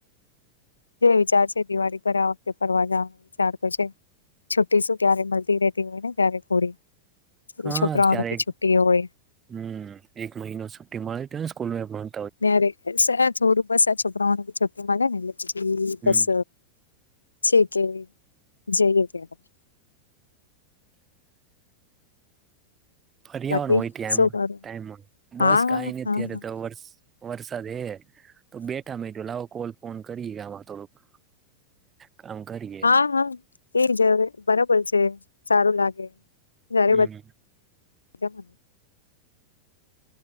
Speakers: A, on the left; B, on the right.
A: જે વિચાર છે દિવાળી પર આ વખતે ફરવા જવાનો વિચાર તો છે જ. છુ્ટી શું ક્યારે મળતી રહેતી હોય ને ત્યારે થોડી
B: હા
A: છોકરાઓની
B: ત્યારે
A: બી છુટ્ટી હોય
B: હમ એક મહિનો છુટી મળે છે ને સ્કૂલે પણ
A: ત્યારે સર થોડું બસ આ છોકરાઓને બી છુટ્ટી મલે ને એટલે પછી બસ
B: હમ
A: છેકે જઈએ ત્યારે
B: ફરિયાવાનું
A: બાકી
B: હોય ટમ
A: શું
B: ટાઈમમા
A: કરો હા
B: બસ
A: હા
B: કઈ ની
A: હા
B: અત્યારે
A: હા
B: તો વર્ વરસાદ હે તો બેઠા મેં કો લાવો કોલ ફોન કરીએ આમાં થોડુંક કામ કરી
A: હા હા એ જ બરાબર છે સારું લાગે જારે
B: હમ
A: <unintelligible>